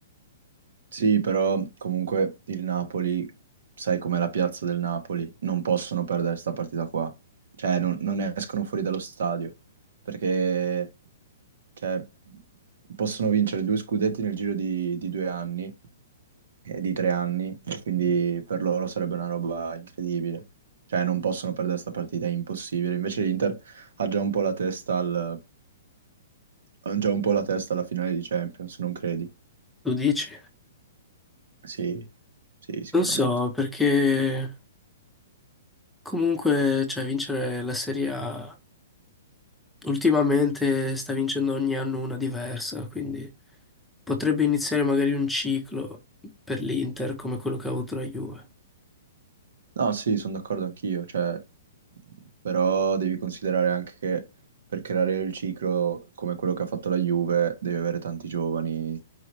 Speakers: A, on the right; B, in the centre.
A: Sì, però comunque il Napoli, sai com'è la piazza del Napoli, non possono perdere questa partita qua. Cioè, non, non escono fuori dallo stadio, perché cioè, possono vincere due scudetti nel giro di, di due anni, eh, di tre anni, e quindi per loro sarebbe una roba incredibile. Cioè, non possono perdere questa partita, è impossibile. Invece l'Inter ha già un po' la testa al- ha già un po' la testa alla finale di Champions, non credi?
B: Tu dici?
A: Sì, sì, sicuramente.
B: Non so, perché comunque, cioè, vincere la Serie A ultimamente sta vincendo ogni anno una diversa, quindi potrebbe iniziare magari un ciclo per l'Inter come quello che ha avuto la Juve.
A: No, sì, sono d'accordo anch'io, cioè, però devi considerare anche che per creare il ciclo come quello che ha fatto la Juve devi avere tanti giovani